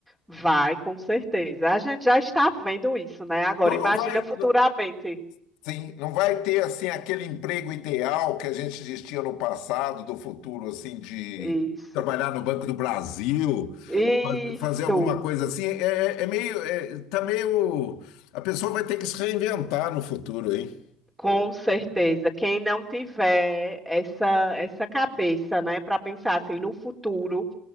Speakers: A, in the centre; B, on the left (about 80°).
A: Vai, com certeza. A gente já está vendo isso, né? Agora,
B: Não,
A: imagina
B: não vai,
A: futuramente.
B: não- sim, não vai ter assim aquele emprego ideal que a gente existia no passado, do futuro assim de
A: Isso,
B: trabalhar no Banco do Brasil,
A: isso,
B: fa- fazer alguma coisa assim. É, é é meio, é, tá meio, a pessoa vai ter que se reinventar no futuro, hein?
A: com certeza. Quem não tiver essa, essa cabeça, né, para pensar assim no futuro.